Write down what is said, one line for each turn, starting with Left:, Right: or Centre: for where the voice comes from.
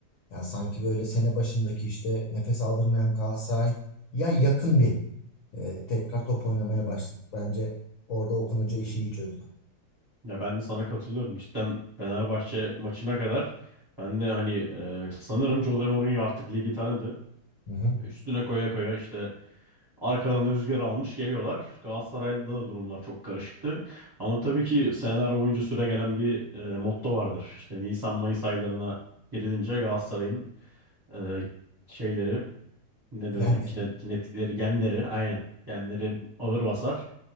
Left: Yani sanki böyle sene başındaki işte nefes aldırmayan Galatasaray ya yakın bir e, tekrar top oynamaya
Right: hı hı.
Left: başladık. Bence orada Okan Hoca işi iyi çözdü.
Right: Ya ben de sana katılıyorum. Cidden Fenerbahçe maçına kadar ben de hani e, sanırım Jose Mourinho artık ligi tanıdı.
Left: Hı hı.
Right: Üstüne koya koya işte Arkadan rüzgar almış geliyorlar. Galatasaray'da da durumlar çok karışıktı. Ama tabii ki seneler boyunca süre gelen bir e, motto vardır. İşte Nisan-Mayıs aylarına girilince Galatasaray'ın e, şeyleri neden
Left: Genleri.
Right: ona kine- kinetikleri, genleri aynen. Genleri ağır basar.